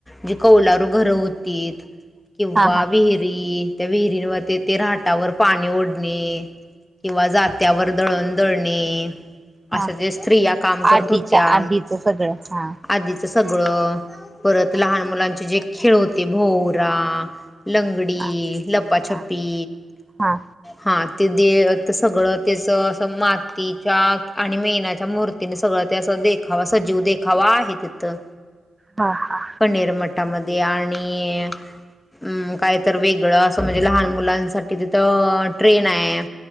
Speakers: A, on the left (about 20°); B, on the right (about 20°).
A: जे कौलारू घर होतीत. किंवा
B: हा
A: विहिरी त्या विहिरींवर ते ते राहाटावर पाणी ओढणे. किंवा जात्यावर दळण दळणे.
B: हा
A: असं ज्या स्त्रिया काम करत
B: आधीच्या
A: होत्या.
B: आधीच सगळं हा
A: आधीच सगळं परत लहान मुलांचे जे खेळ होते भोवरा लंगडी,
B: हा
A: लप्पाछ्पी
B: हा हा
A: हा ते दे सगळं त्याच असं मातीच्या आणि मेणाच्या मूर् तिन सगळं त्या अस देखावा सजीव देखावा आहे तिथं
B: हा हा.
A: कन्हेर मठामध्ये आणि अं कायतर वेगळं अस म्हणजे लहान मुलांसाठी तिथं ट्रेन आहे